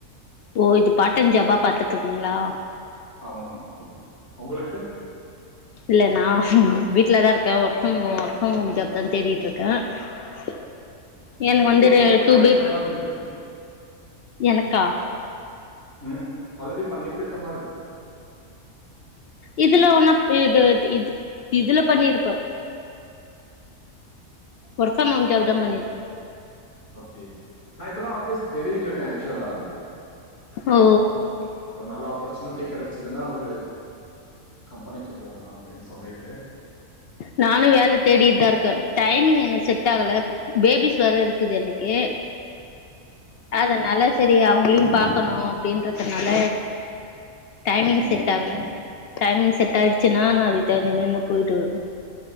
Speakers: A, on the left (about 65°); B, on the left (about 45°).
A: ஓ இது பாட்டைம் ஜாபா பாத்துட்டு இருக்கீங்களா
B: ஆமா உங்களுக்கு
A: இல்ல நா ம் வீட்லதா இருக்கே work from home work from home job தா தேடீட்டு இருக்க <inaudible> எனக்கு
B: ஆல்ரெடி
A: வந்து ரே
B: ஜாப் கிடைச்சிட்ட
A: டூ பி
B: மாதிரி தெரியுது
A: எனக்கா
B: ம் ஆல்ரெடி பண்ணிட்டு இருக்க மாரி இருக்கு
A: இதுலா ஒன்னு பெ த டி இது இதுல பண்ணிருப்ப ஒர்க் ஃப்ரம் ஹோம் ஜாப்
B: ஓகே
A: தா பண்ணிருக்கே
B: ஓகே நா இப்பதா ஆஃபிஸ் தேடிட்டு இருக்கெ ஆக்சுவலா
A: ஓ
B: பட் ஒரு நல்ல ஆப்பர்ச்சுனிட்டி கெடச்சுதுன்னா ஒரு கம்பெனிக்கு போகலாம் அப்டின்னு சொல்லிட்டு
A: நானு வேல தேடிட்டுதா இருக்கே டைமிங் எனக்கு செட் ஆகல பேபீஸ் வேற இருக்குது எனக்கு அதனால செரி அவ்ங்களையு
B: ம்
A: பா க்கணு அப்பிடின்றதுனால டைமிங்
B: ம்.
A: செட் ஆகல டைமிங் செட் ஆயிருச்சுன்னா நா அதுக்கு தகுந்த மாரி நா போய்ட்டு வருவ